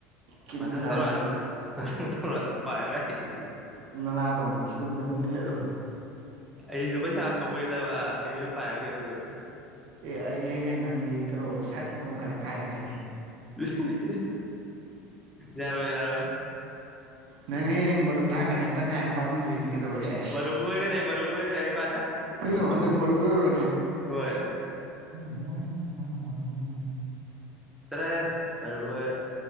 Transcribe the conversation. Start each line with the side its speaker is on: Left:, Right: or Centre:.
Right: ꯀꯤꯟꯖꯥꯅꯤ
Centre: ꯃꯊꯪ ꯇꯧꯔꯛꯑꯁꯨ ꯑꯗꯨꯝ ꯑꯗꯨꯝ ꯄꯥꯏꯔꯣꯏ ꯍꯥꯏꯁꯤꯗꯤ
Right: ꯅꯅꯥ ꯗꯣ ꯊꯤꯒꯨꯟꯗ ꯅꯝꯒꯦ ꯂꯥꯎ
Centre: ꯑꯩꯁꯨ ꯄꯩꯁꯥ ꯐꯡꯉꯣꯏꯗꯕ ꯑꯩꯅ ꯄꯥꯏꯔ ꯀꯩꯗꯧꯗꯣꯏꯅꯣ
Right: ꯑꯦ ꯑꯩꯅ ꯍꯌꯦꯡ ꯅꯪꯒꯤ ꯀꯩꯅꯣ ꯁꯥꯏꯠ ꯏꯪꯈꯣꯝ ꯈꯔ ꯈꯥꯏꯔꯛꯀꯅꯤ
Centre: ꯍꯦ ꯍꯦ ꯍꯦ ꯌꯥꯔꯣꯢ ꯌꯥꯔꯣꯏ
Right: ꯅꯪ ꯍꯌꯦꯡ ꯃꯔꯨꯞ ꯊꯥꯡꯒꯥꯟꯅꯗ ꯑꯩꯅ ꯇꯪꯈꯥꯏ ꯑꯃ ꯄꯥꯡꯕꯤꯗꯣꯏꯅꯤ ꯀꯩꯗꯧꯔꯒꯦ ꯑꯦꯁ
Centre: ꯃꯔꯨꯞ ꯂꯣꯏꯈꯔꯦ ꯃꯔꯨꯞ ꯂꯣꯏꯈꯔꯦ ꯍꯩꯄꯥ
Right: ꯀꯩꯅꯣ ꯍꯟꯗꯛ ꯃꯔꯨꯞ ꯂꯣꯏꯔꯕꯅꯦ
Centre: ꯂꯣꯢꯔꯦ
Right: <unintelligible>
Centre: ꯆꯠꯔꯣꯍꯦ ꯃꯔꯨꯞ ꯂꯣꯏꯔꯦ